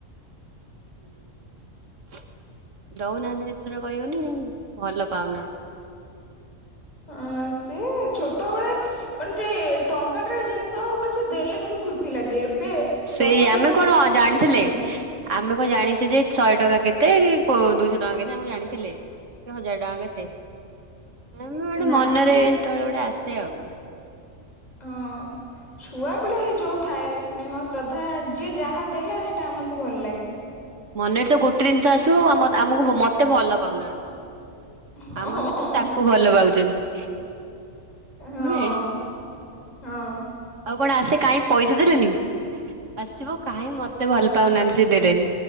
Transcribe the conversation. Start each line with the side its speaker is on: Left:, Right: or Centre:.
Right: ହୁଁ ଦଉନାହାନ୍ତି ଯେତେଥର କହିବନି ଭଲ ପାଉନାହାନ୍ତି
Left: ଅ ସେ ଛୋଟବେେଳେ ମାନେ ଟେ ଟଙ୍କାଟାର ଜିନିଷ ହବ ପଛ ଦେଲେ କିନ୍ତୁ ଖୁସି ଲାଗେ ଏବେ
Right: ସେଇ
Left: ଦଶ ହଜାର
Right: ଆମେ
Left: ଟଙ୍କା
Right: କଣ
Left: ଦେଲେ ବି ସେ
Right: ଜାଣିଥିଲେ
Left: ଖୁସି ନାହିଁ
Right: ଆମେ କଣ ଜାଣିଛେ ଯେ ଶହେ ଟଙ୍କା କେତେ କୋ ଦୁଇଶହ ଟଙ୍କା କେତେ ଆମେ କଣ ଜାଣିଥିଲେ। କି ହଜାର ଟଙ୍କା କେତେ ଆମେ
Left: ନା
Right: ମନରେ ସେତେବେଳେ ଗୋଟେ ଆସେ ଆଉ।
Left: ହଁ। ଛୁଆବେେଳେ ଯୋଉ ଥାଏ ସ୍ନେହ ଶ୍ରଦ୍ଧା ଯିଏ ଯାହା ଦେଲା ସେଇଟା ଆମକୁ ଭଲ ଲାଗେ।
Right: ମନେରେ ତ ଗୋଟେ ଜିନିଷ ଆସିବ ଆମ ଆମକୁ ମତେ ଭଲ ପାଉନାହାନ୍ତି।
Left: ହଁ
Right: ଆମ ଭିତରୁ
Left: ହଁ
Right: ତାକୁ ଭଲ ପାଉଛନ୍ତି।
Left: ହଁ
Right: ନୁହେଁ।
Left: ହଁ।
Right: ଆଉ କଣ ଆସେ କାହିଁ ପଇସା ଦେଲେନି ଆସିବ କାହିଁ ମତେ ଭଲ ପାଉନାହାନ୍ତି ସେ ଦେଲେନି।